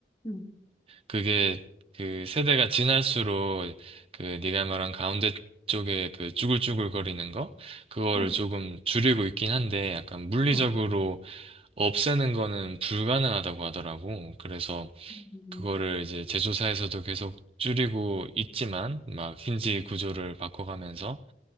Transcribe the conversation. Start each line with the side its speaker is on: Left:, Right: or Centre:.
Left: 음,
Right: 그게 그 세대가 지날수록 그 네가 말한 가운데 쪽에 그 쭈글쭈글 거리는 거 그거를
Left: 음,
Right: 조금 줄이고 있긴 한데 약간 물리적으로
Left: 음.
Right: 없애는 거는 불가능하다고 하더라고. 그래서
Left: 음.
Right: 그거를 이제 제조사에서도 계속 줄이고 있지만 막 힌지 구조를 바꿔가면서